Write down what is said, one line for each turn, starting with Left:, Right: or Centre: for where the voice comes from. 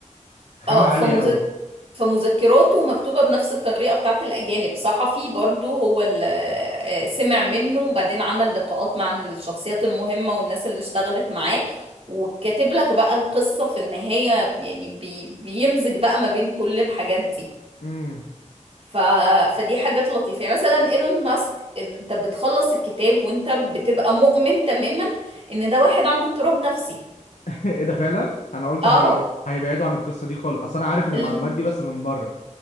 Left: خامه
Right: اه
Left: عاليه
Right: فمذك...
Left: قوي
Right: فمذكراته مكتوبة بنفس الطريقة بتاعت الأجانب صحفي برضو هو اللي سمع منه وبعدين عمل لقاءات مع الشخصيات المهمة والناس اللي اشتغلت معاه وكاتب لك بقى القصة في النهاية يعني بي... بيمزج بقى ما بين كل الحاجات دي
Left: امم
Right: ف... فدي حاجات لطيفة يعني مثلا ايلون ماسك ال- انت بتخلص الكتاب وانت بتبقى مؤمن تماما ان ده واحد عنده اضطراب نفسي
Left: <laughs> ايه ده فعلا انا قلت
Right: اه
Left: هي... هيبعدوا عن القصه دي خالص اصل انا عارف المعلومات
Right: ال...
Left: دي بس من بره